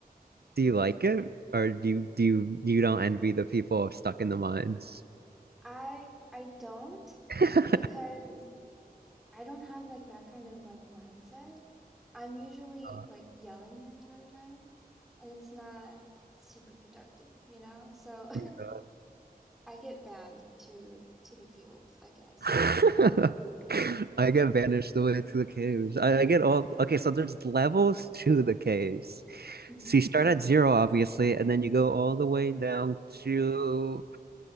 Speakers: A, on the right; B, in the centre.
A: do you like it or do you do you, you don't envy the people stuck in the mines
B: I I don't
A: <laughs> oh
B: because I don't have like that kind of like mindset. I'm usually
A: God.
B: like yelling the entire time, and it's not super productive, you know? So
A: Yeah.
B: <laughs> I get banned to to the fields, I guess.
A: <laughs> I get vanished the way to the caves. I, I get all okay. So there's levels to the caves.
B: hmm
A: So you start at zero, obviously, and then you go all the way down to